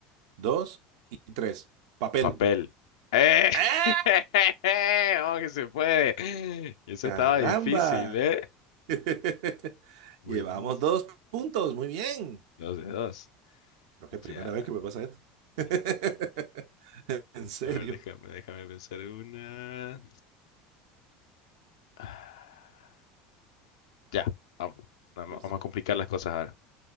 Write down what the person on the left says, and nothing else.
Papel. ¡Eh!
<laughs> ¡Oh, que se puede! Eso
estaba difícil, ¿eh?
Buenísimo.
Dos de dos.
Ya.
A ver, déjame, déjame pensar una. Ah, Ya, vamos. Vamos,
vamos a complicar las cosas ahora.